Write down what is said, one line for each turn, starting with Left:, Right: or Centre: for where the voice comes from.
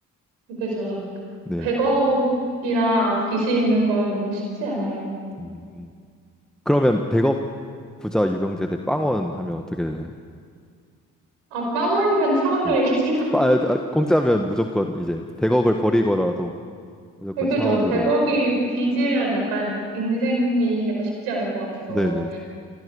Right: 그죠.
Centre: 네.
Right: 100억이나 빚이 있는 건 너무 쉽지 않아요.
Centre: 음. 그러면 100억 부자 유병재 대 빵원 하면 어떻게 되나요?
Right: 아, 빵원이면 차은우일지도.
Centre: 네.
Right: <laughs>
Centre: 빠- 아, 아, 공짜면 무조건 이제 100억을 버리고라도 무조건
Right: 그죠.
Centre: 차원으로
Right: 100억이 빚이면 약간 인생이 약간 쉽지 않을 것 같아서.
Centre: 네네